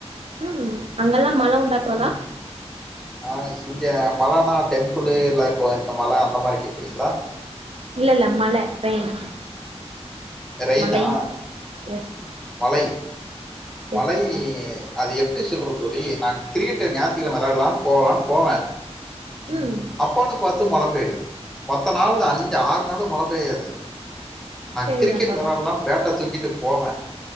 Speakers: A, on the right (about 60°); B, in the centre.
A: உம் அங்கல்லா மல உண்டா தோலா
B: ம் ஆ இங்க மல னா டெம்புலு இல்ல கோ இந்த மலை அந்த மாரி கேட்குறீங்களா
A: இல்ல இல்ல மல ரெயின்
B: ரெய்னா
A: மழை எஸ்
B: மலை மலை
A: எஸ் தோழா
B: அது எப்டி சொல்றது தோழி நா கிரிக்கெட் ஞாத்தியமை விளாயாலா போகலா போவ
A: ம்
B: அப்போநு பாத் <unintelligible> மலபெய்யூ மொத்த நாள்ள அஞ்சிஆறு என்னாலு மழ பெய்யாது நா
A: சரிதா
B: கிரிக்கெட்
A: தோழா
B: வெளைடலனு பேட்ட தூக்கிட்டு போவ